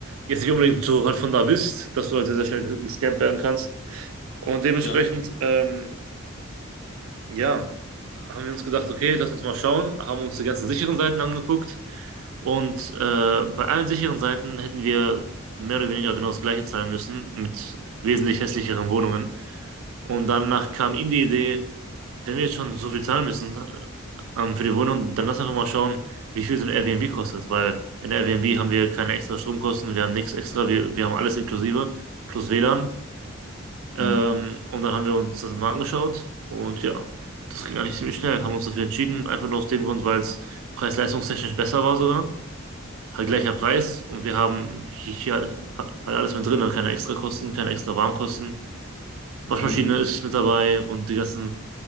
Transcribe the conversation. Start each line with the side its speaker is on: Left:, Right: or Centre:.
Right: jetzt nicht unbedingt so halt von da bist, dass du halt sehr, sehr schnell gescammt werden kannst. Und dementsprechend,
Left: Klar.
Right: ähm, ja, haben wir uns gedacht, okay, lass uns mal schauen, haben uns die ganzen sicheren Seiten angeguckt und äh, bei allen sicheren Seiten hätten wir mehr oder weniger genau das gleiche zahlen müssen, mit wesentlich hässlicheren Wohnungen. Und danach kam ihm die Idee, wenn wir jetzt schon so viel zahlen müssen ähm, für die Wohnung, dann lass einfach mal schauen, wie viel so ein Airbnb kostet, weil in Airbnb haben wir keine extra Stromkosten, wir haben nichts extra, wir, wir haben alles inklusive, plus WLAN. Ähm,
Left: Mhm.
Right: und dann haben wir uns das mal angeschaut und ja, das ging eigentlich ziemlich schnell, haben uns dafür entschieden, einfach nur aus dem Grund, weil es preis-leistungstechnisch besser war sogar halt
Left: Ja.
Right: gleicher Preis und wir haben hier, hier halt halt alles mit drin, also keine Extrakosten, keine extra Warmkosten. Waschmaschine
Left: Mhm.
Right: ist mit dabei und die ganzen